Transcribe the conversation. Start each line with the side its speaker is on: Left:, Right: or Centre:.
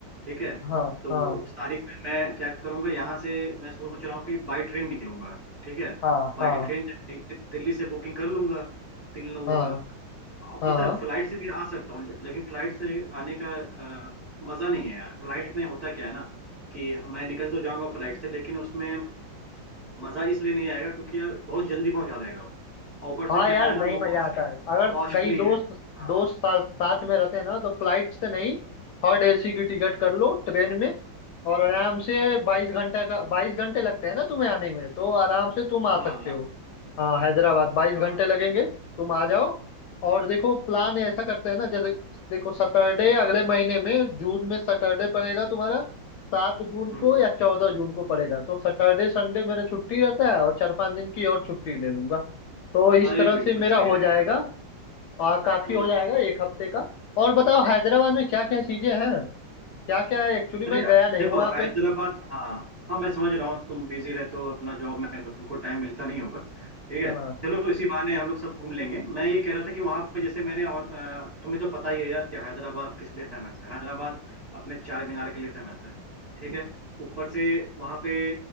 Right: ठीक है
Left: हाँ
Right: तो
Left: हाँ
Right: उस तारीख में मैं क्या करूँगा यहाँ से मैं सोच रहा हूँ कि बाई ट्रेन निकलूंगा ठीक है
Left: हाँ
Right: बाई
Left: हाँ
Right: ट्रेन दिल्ली से बुकिंग कर लूंगा तीन लोगों
Left: हाँ
Right: का हाँ,
Left: हाँ
Right: पता है फ्लाइट से भी आ सकता हूँ लेकिन फ्लाइट से आने का अ, मजा नहीं है यार फ्लाइट में होता क्या है ना कि मैं निकल तो जाऊंगा फ्लाइट से लेकिन उसमें मजा इसलिए नहीं आएगा क्योंकि यार बहुत जल्दी पहुंचा देगा वो और ऊपर से
Left: हाँ यार
Right: क्या है ना
Left: नहीं
Right: वो
Left: मजा आता है अगर
Right: कॉस्टली
Left: कई दोस्त
Right: है हाँ
Left: दोस्त साथ साथ में रहते हैं ना तो फ्लाइट से नहीं थर्ड एसी की टिकट कर लो ट्रेन में और आराम से बाईस घंटे का बाईस घंटे लगते हैं ना तुम्हें आने में तो आराम से तुम आ
Right: हाँ
Left: सकते
Right: हाँ,
Left: हो हाँ हैदराबाद बाईस घंटे
Right: हाँ,
Left: लगेंगे तुम आ जाओ और देखो प्लान ऐसा करते हैं ना जैसे देखो सैटरडे अगले महीने में जून में सैटरडे पड़ेगा तुम्हारा सात जून
Right: हम्म,
Left: को
Right: हम्म।
Left: या चौदह जून को पड़ेगा तो सैटरडे संडे मेरा छुट्टी रहता है और चार पांच दिन की और छुट्टी ले लूंगा तो इस
Right: अरे
Left: तरह
Right: बिल्कुल
Left: से मेरा
Right: सही
Left: हो
Right: रहेगा
Left: जाएगा आ, काफी
Right: हम्म
Left: हो जाएगा एक हफ्ते का और बताओ हैदराबाद
Right: हम्म।
Left: में क्या क्या चीजें हैं क्या क्या है एक्चुअली मैं
Right: अरे
Left: गया नहीं
Right: देखो
Left: हूँ वहाँ
Right: हैदराबाद
Left: पे
Right: हाँ हाँ मैं समझ रहा हूँ तुम बिजी रहते हो अपना जॉब में है तो तुमको टाइम मिलता नहीं होगा ठीक है
Left: हाँ
Right: चलो इसी बहाने हम लोग सब घूम लेंगे मैं ये कह रहा था कि वहां पे जैसे मैंने ऑल- अ, तुम्हें तो पता ही है यार कि हैदराबाद किस लिए फेमस है हैदराबाद अपने चार मीनार के लिए फेमस है ठीक है ऊपर से वहां पे